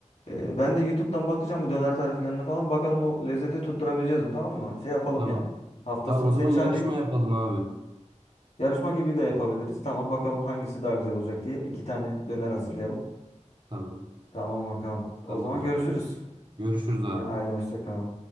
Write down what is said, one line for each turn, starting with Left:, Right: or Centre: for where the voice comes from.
Left: Ee, ben de YouTube'dan bakacağım bu döner tariflerine falan. Bakalım o lezzeti tutturabileceğiz mi? Tamam mı? Şey yapalım
Right: Tamam.
Left: yani. Hafta
Right: Tamam
Left: sonu
Right: o
Left: seni
Right: zaman
Left: çağırayım.
Right: yarışma yapalım abi.
Left: Yarışma gibi de yapabiliriz. Tamam bakalım hangisi daha güzel olacak diye iki tane döner hazırlayalım.
Right: Tamam.
Left: Tamam bakalım. O
Right: Tamamdır
Left: zaman görüşürüz.
Right: abi. Görüşürüz abi.
Left: Haydi hoşça kal.